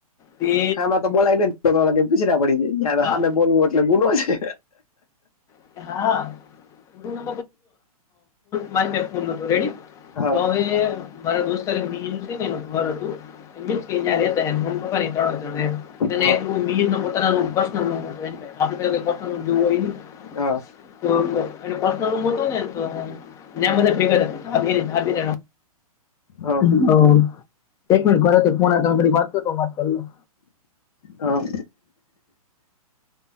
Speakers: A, on the left; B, on the left.
A: તે
B: હામે તો બોલાય નય ને પીછડા પડી ગઈ
A: હા
B: હામે બોલવું એટલે ગુનો છે
A: <inaudible> મારી પાસે ફોન નથી રેડી
B: હા
A: <unintelligible> મારો દોસ્તાર એક મિલિંદ છેને એને ખબર હતું દુરથી યા લેતા હે એન મમીપપાનેય ખબર હતું એમ <unintelligible>
B: હા
A: એટલુ મિલિંદનો પોતાનો રૂમ પ્રશ્નલરૂમ હતો એની પાહે આપણી પાહ તો પ્રશ્નલરૂમ હોય ની
B: હા
A: તો એનો પર્સનલ રૂમ હતો ને તો ન્યા બધા ભેગા થાય ભાગી ભાગીને
B: હા
A: <unintelligible> એક મિનિટ ઘરેથી ફોન આવે તમે બધા વાત કરોતો હું વાત કરી લવ.
B: હા